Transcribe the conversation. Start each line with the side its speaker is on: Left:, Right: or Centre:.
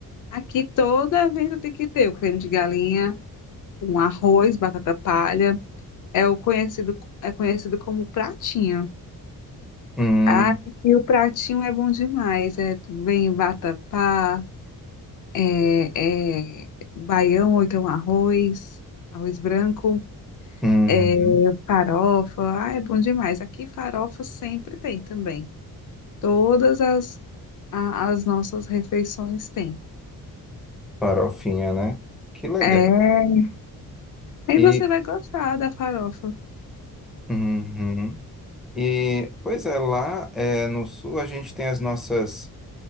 Left: Aqui todo evento tem que ter o creme de galinha, um arroz, batata palha, é o conhecido, é conhecido como pratinho.
Centre: Hum,
Left: Ah, e o pratinho é bom demais, é, vem vatapá, é, é baião ou então arroz, arroz branco.
Centre: uhum.
Left: É, Farofa, ah, é bom demais. Aqui farofa sempre tem também. Todas as, a- as nossas refeições têm.
Centre: Farofinha, né? Que legal.
Left: É, aí
Centre: E.
Left: você vai gostar da farofa.
Centre: Uhum. E, pois é, lá é, no sul a gente tem as nossas